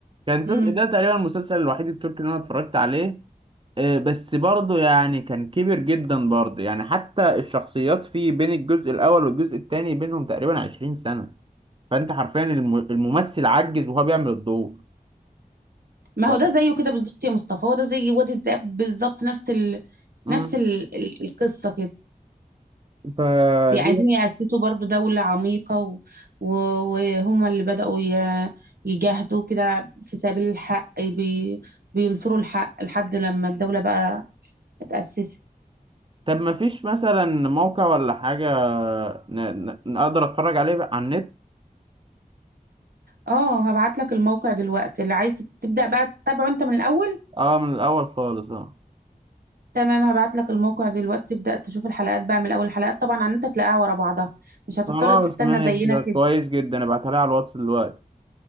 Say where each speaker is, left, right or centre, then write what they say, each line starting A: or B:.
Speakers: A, on the right (about 35°); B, on the right (about 80°).
A: كان
B: مم.
A: تر- ده تقريبا المسلسل الوحيد التركي اللي انا اتفرجت عليه آه، بس برضه يعني كان كبير جدا برضه يعني حتى الشخصيات فيه بين الجزء الاول والجزء الثاني بينهم تقريبا 20 سنة فانت حرفيا الم- الممثل عجز وهو بيعمل الدور
B: ما
A: ف...
B: هو ده زيه كده بالظبط يا مصطفى هو ده زي وادي الذئاب بالظبط نفس ال...
A: مم.
B: نفس ال... ال- القصة كده
A: فدي
B: بي- عايزين يأسسوا برضه دولة عميقة و... و... وهم اللي بدأوا ي... يجاهدوا كده في سبيل الحق بي... بينصروا الحق لحد لما الدولة بقى اتأسست
A: طب ما فيش مثلا موقع ولا حاجة ن... ن... نقدر اتفرج عليه بقى على النت
B: اه هبعت لك الموقع دلوقتي اللي عايز تت- تبدأ بقى تتابعه انت من الأول
A: اه من الاول خالص اه
B: تمام هبعت لك الموقع دلوقتي تبدأ تشوف الحلقات بقى من الأول الحلقات طبعا عن انت تلاقيها ورا بعضها مش هتضطر
A: خلاص
B: تستنى
A: ماشي
B: زينا
A: ده كويس
B: كده
A: جدا ابعتها لي على الواتس دلوقتي